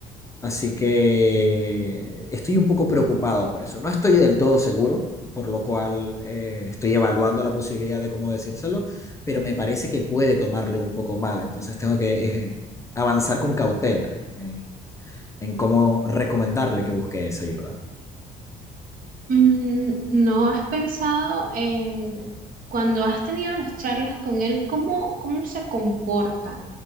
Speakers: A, on the left; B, on the right.
A: Así que estoy un poco preocupado por eso. No estoy del todo seguro, por lo cual eh, estoy evaluando la posibilidad de cómo decírselo, pero me parece que puede tomarlo un poco mal. Entonces tengo que eh, avanzar con cautela en, en cómo recomendarle que busque esa ayuda.
B: Mm, ¿No has pensado eh, cuando has tenido las charlas con él, cómo, cómo se comporta?